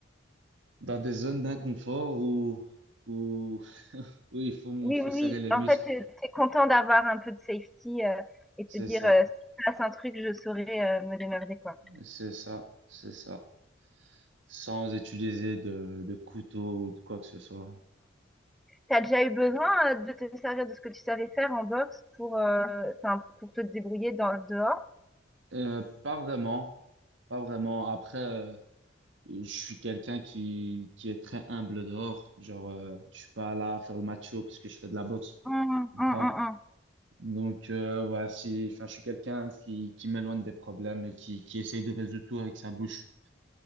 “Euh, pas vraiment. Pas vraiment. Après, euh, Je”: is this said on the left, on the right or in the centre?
Right